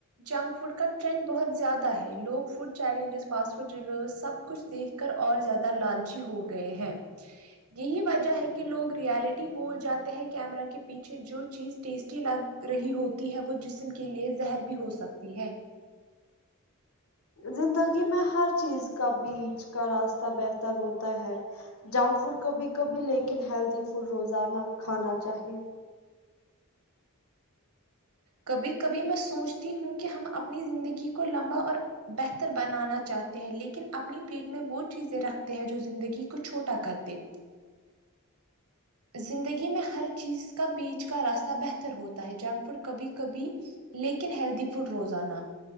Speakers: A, on the right (about 80°); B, on the left (about 70°).
A: جنک فوڈ کا ٹرینڈ بہت زیادہ ہے لوگ فوڈ چیل انڈسٹ فاسٹ فوڈ ریویوز سب کچھ دیکھ کر اور زیادہ لالچی ہو گئے ہیں یہی وجہ ہے کہ لوگ ریالٹی بول جاتے ہیں کیمرا کے پیچھے جو چیز ٹیسٹی لگ رہی ہوتی ہے وہ جسم کے لیے زہر بھی ہو سکتی ہے
B: زندگی میں ہر چیز کا بیچ کا راستہ بہتر ہوتا ہے جنک فوڈ کبھی کبھی لیکن ہیلدی فوڈ روزانہ کھانا چاہیے
A: کبھی کبھی میں سوچتی ہوں کہ ہم اپنی زندگی کو لمبا اور بہتر بنانا چاہتے ہیں لیکن اپنی پیٹ میں وہ چیزیں رکھتے ہیں جو زندگی کو چھوٹا کر دے زندگی میں ہر چیز کا بیچ کا راستہ بہتر ہوتا ہے جنک فوڈ کبھی کبھی لیکن ہیلدی فوڈ روزانہ